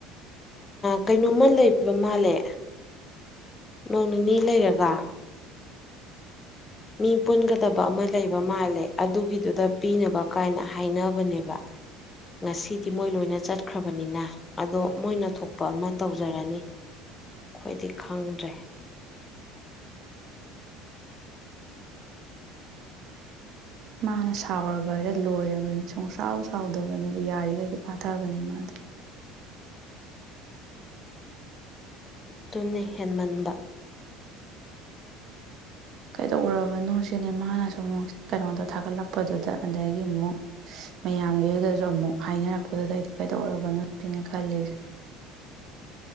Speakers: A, on the left (about 25°); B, on the right (about 60°).
A: ꯀꯩꯅꯣꯝꯃ ꯂꯩꯕ ꯃꯥꯜꯂꯦ ꯅꯣꯡ ꯅꯤꯅꯤ ꯂꯩꯔꯒ ꯃꯤ ꯄꯨꯟꯒꯗꯕ ꯑꯃ ꯂꯩꯕ ꯃꯥꯜꯂꯦ ꯑꯗꯨꯒꯤꯗꯨꯗ ꯄꯤꯅꯕ ꯀꯥꯏꯅ ꯍꯥꯏꯅꯕꯅꯦꯕ ꯉꯁꯤꯗꯤ ꯃꯣꯏ ꯂꯣꯏꯅ ꯆꯠꯈ꯭ꯔꯕꯅꯤꯅ ꯑꯗꯣ ꯃꯣꯏꯅ ꯊꯣꯛꯄ ꯑꯃ ꯇꯧꯖꯔꯅꯤ ꯑꯩꯈꯣꯏꯗꯤ ꯈꯪꯗ꯭ꯔꯦ
B: <unintelligible> ꯃꯥꯅ ꯁꯥꯎꯔꯕꯗ ꯂꯣꯏꯔꯕꯅꯤ ꯁꯨꯡꯁꯥꯎ ꯁꯥꯎꯗꯕꯅꯦꯕ ꯌꯥꯔꯤꯈꯩꯗꯤ ꯄꯥꯊꯕꯅꯦ ꯃꯥꯗꯣ <unintelligible>
A: ꯇꯨꯅ ꯍꯦꯟꯃꯟꯕ
B: ꯀꯩꯗꯧꯔꯕꯅꯣ ꯁꯤꯅꯤ ꯃꯥꯅ ꯁ ꯑꯃꯨꯛ ꯀꯩꯅꯣꯗꯣ ꯊꯥꯒꯠꯂꯛꯄꯗꯨꯗ ꯑꯗꯒꯤ ꯑꯃꯨꯛ ꯃꯌꯥꯝꯒꯤꯗꯨꯗꯁꯨ ꯑꯃꯨꯛ ꯍꯥꯏꯅꯔꯛꯄꯗꯨꯗ ꯑꯩꯗꯣ ꯀꯩꯗꯧꯎꯔꯕꯅꯣ ꯁꯤꯅ ꯈꯜꯂꯤꯁꯦ